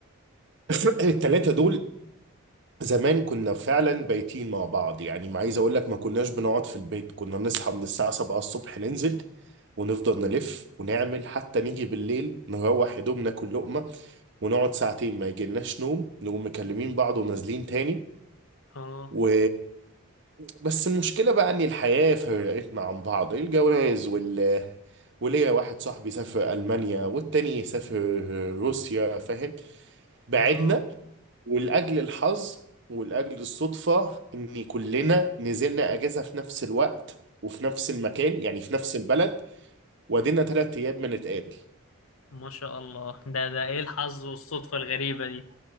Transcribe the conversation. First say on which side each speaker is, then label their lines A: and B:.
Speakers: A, on the right (about 55°); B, on the left (about 70°).
A: <laughs> الثلاثة دول زمان كنا فعلا بايتين مع بعض يعني ما عايز اقول لك ما كناش بنقعد في البيت كنا نصحى من الساعة 7 الصبح ننزل ونفضل نلف ونعمل حتى نيجي بالليل نروح يا دوب ناكل لقمة ونقعد ساعتين ما يجيلناش نوم نقوم مكلمين بعض ونازلين تاني
B: اه
A: و بس المشكلة بقى إن الحياة فرقتنا عن بعض الجواز وال وليا واحد صاحبي سافر ألمانيا والتاني سافر روسيا فاهم بعدنا
B: اه
A: ولأجل الحظ ولأجل الصدفة إن كلنا نزلنا أجازة في نفس الوقت وفي نفس المكان يعني في نفس البلد وادينا تلات أيام بنتقابل
B: ما شاء الله ده ده ايه الحظ والصدفة الغريبة دي